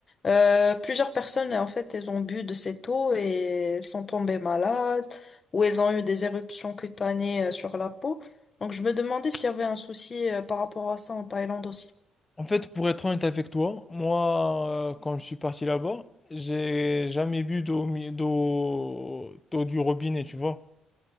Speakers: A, on the left; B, on the left.
A: euh, plusieurs personnes, en fait, elles ont bu de cette eau et elles sont tombées malades ou elles ont eu des éruptions cutanées euh, sur la peau. Donc, je me demandais s'il y avait un souci euh, par rapport à ça en Thaïlande aussi.
B: En fait, pour être honnête avec toi, moi, euh, quand je suis parti là-bas, j'ai jamais bu d'eau mi- d'eau d'eau du robinet, tu vois.